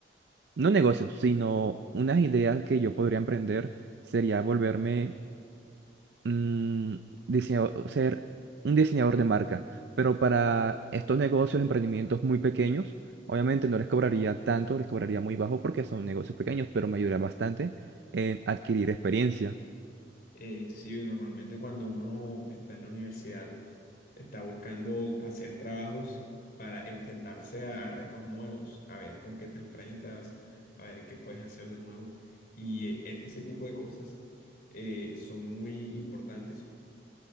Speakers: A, on the right; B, on the left.
A: no negocios, sino unas ideas que yo podría emprender, sería volverme mm, diseña- ser un diseñador de marca, pero para estos negocios, emprendimientos muy pequeños, obviamente no les cobraría tanto, les cobraría muy bajo porque son negocios pequeños, pero me ayudaría bastante en adquirir experiencia.
B: Eh, sí, normalmente cuando uno está en la universidad está buscando hacer trabajos para enfrentarse a, a retos nuevos, a ver con qué te enfrentas, a ver qué puedes hacer de nuevo. Y eh, e- ese tipo de cosas eh, son muy importantes